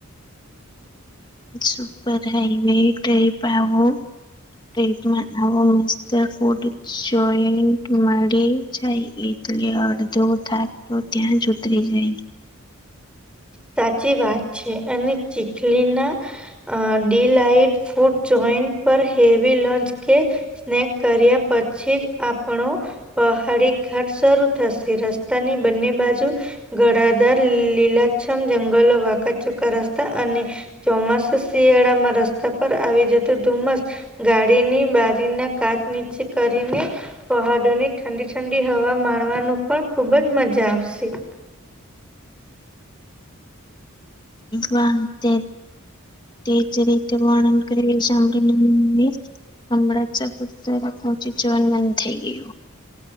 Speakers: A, on the left; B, in the centre.
A: સુપર હાઈવે ટહી પાવો ટપમાં આવો મત ફૂડ જોઈ માટે. જાય એટલે અડધો થાક તો ત્યાં જ ઉતરી જાય.
B: સાચી વાત છે અને ચીખલી ના અ ડી લાટ ફૂડ જોઈન્ટ પર હેવી લંચ કે સ્નેક કર્યા પછી જ આપણો પહાડી ઘાટ શરૂ થશે રસ્તાની બંને બાજુ ગડાદાર લીલાછમ જંગલો વાખ ચુકા રસ્તા અને ચોમાસા શિયાળામાં રસ્તા પર આવી જતો ધુમસ ગાડીની બારીના કાચ નીચે કરીને. પહાડોની ઠંડી ઠંડી હવા માણવાનું પણ ખુબ જ મજા આવશે.
A: વાહ તે તે જ રીતે વર્ણન કરી શંભાલ તે હમણાં જ પુત્ર પહોચી જવન મન થઈ ગયું.